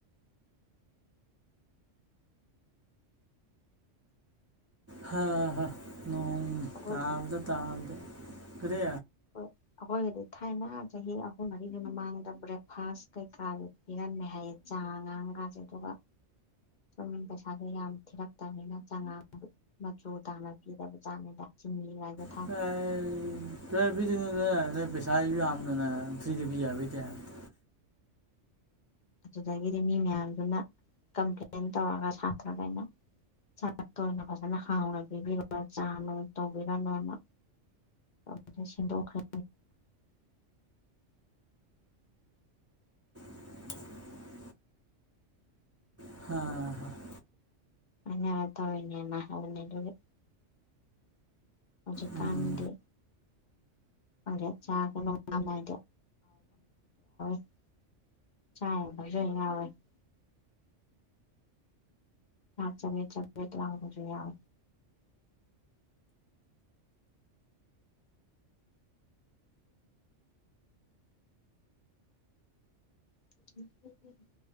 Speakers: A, on the right; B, on the left.
A: ꯍ ꯍ ꯅꯣꯡ
B: ꯑꯩꯈꯣꯏꯒꯤꯗꯤ
A: ꯇꯥꯕꯗ ꯇꯥꯕꯗ ꯀꯔꯤ
B: ꯍꯣꯏ ꯑꯩꯈꯣꯏꯒꯤꯗꯤ ꯊꯥꯏꯅ ꯆꯍꯤ ꯑꯍꯨꯝ ꯃꯔꯤꯒꯤ ꯃꯃꯥꯡꯗ ꯕ꯭ꯔꯦꯛꯐꯥꯁ ꯀꯩꯀꯥꯒꯤ ꯄꯤꯔꯝꯃꯦ ꯍꯥꯏꯌꯦ ꯆꯥ ꯉꯥꯡꯀꯥꯁꯦ ꯑꯗꯨꯒ <unintelligible> ꯄꯩꯁꯥꯗꯣ ꯌꯥꯝ ꯊꯤꯔꯛꯇꯝꯅꯤꯅ ꯆꯉꯥꯡ ꯃꯆꯨ ꯇꯥꯟꯅ ꯄꯤꯔꯕ ꯆꯥꯛꯅꯤꯗ <unintelligible>
A: <unintelligible>
B: ꯑꯗꯨꯗꯒꯤꯗꯤ ꯃꯤ ꯃꯌꯥꯝꯗꯨꯅ ꯀꯝꯄ꯭ꯂꯦꯟ ꯇꯧꯔꯒ ꯁꯥꯇ꯭ꯔꯒꯩꯅ ꯆꯥꯛꯇ ꯑꯣꯏꯅ ꯐꯖꯅ ꯍꯥꯎꯅ ꯄꯤꯕꯤꯔꯣ ꯆꯥꯅꯨꯡ ꯇꯧꯕꯤꯔꯅꯣꯅ <unintelligible> ꯁꯤꯟꯗꯣꯛꯈꯔꯦ
A: <unintelligible> <unintelligible>
B: ꯍꯥꯏꯅꯔ ꯇꯧꯔꯤꯅꯦꯅ ꯍꯥꯏꯕꯅꯦ ꯑꯗꯨꯒꯤ ꯍꯧꯖꯤꯛꯀꯥꯟꯗꯤ
A: ꯎꯝ
B: <unintelligible> ꯆꯥ ꯒ ꯅꯣꯡꯗꯝ ꯅꯥꯏꯗꯦ <unintelligible> <unintelligible> ꯆꯥꯛ ꯆꯕꯦꯠ ꯆꯕꯦꯠ ꯂꯥꯎꯕꯥꯁꯨ ꯌꯥꯎꯋꯦ <unintelligible>